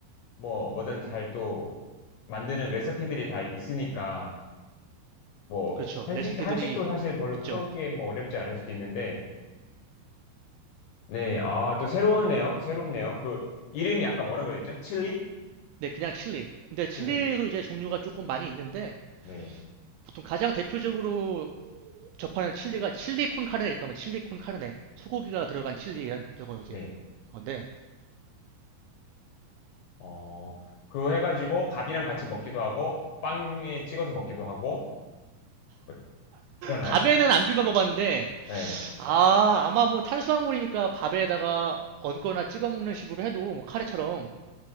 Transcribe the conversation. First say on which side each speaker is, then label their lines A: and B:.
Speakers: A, on the left (about 75°); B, on the right (about 85°).
A: 뭐, 뭐든 잘 또 만드는 레시피들이 다 있으니까, 뭐,
B: 그렇죠.
A: 한식,
B: 레시피들이
A: 한식도 사실 별로
B: 있죠.
A: 크게 뭐 어렵지 않을 수도 있는데, 네, 아, 또 새로운네요. 새롭네요. 그, 이름이 아까 뭐라고 했죠? 칠리?
B: 네, 그냥 칠리. 근데 칠리도
A: 칠리.
B: 이제 종류가 조금 많이 있는데
A: 네,
B: 보통 가장 대표적으로 접하는 칠리가 칠리 콘 카르네일 거면 칠리 콘 카르네. 소고기가 들어간 칠리는 저거 이제
A: 네.
B: 건데
A: 어, 그거 해가지고 밥이랑 같이 먹기도 하고, 빵에 찍어서 먹기도 하고, 뭐 그러나요?
B: 밥에는 안 비벼 먹었는데
A: 네.
B: 아, 아마 뭐 탄수화물이니까 밥에다가 얹거나 찍어 먹는 식으로 해도 뭐 카레처럼